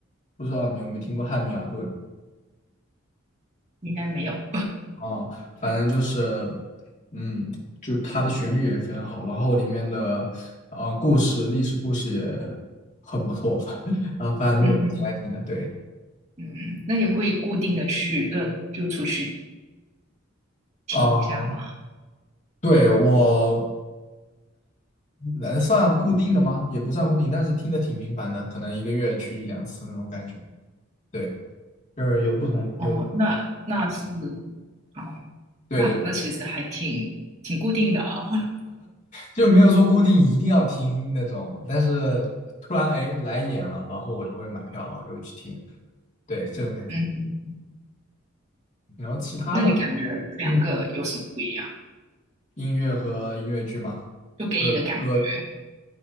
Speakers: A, on the left; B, on the right.
A: 不知道你有没有听过《汉密尔顿》
B: 应该没有。
A: 啊，反正就是，嗯，就是他的旋律也非常好，然后里面的啊、故事、历史故事也很不错，<laughs> 啊，反正我挺爱听的，
B: <laughs> 嗯。
A: 对。
B: 嗯，那你会固定的去，那就出去听一下嘛。
A: 啊，对，我能算固定的吗？
B: 嗯，
A: 也不算固定，但是听的挺频繁的，可能一个月去一两次那种感觉。对，就是有不同，
B: 哦，
A: 有，
B: 那那是，哦，
A: 对对对。
B: 那那其实还挺挺固定的啊。<laughs>
A: 就没有说固定一定要听那种，但是突然哎来演了，然后我就会买票，然后就会去听，对，这种感觉。
B: 嗯，
A: 然后其他的，
B: 那你感觉这两个有什么不一样？
A: 嗯，音乐和音乐剧嘛，
B: 就给你的感觉，
A: 就是歌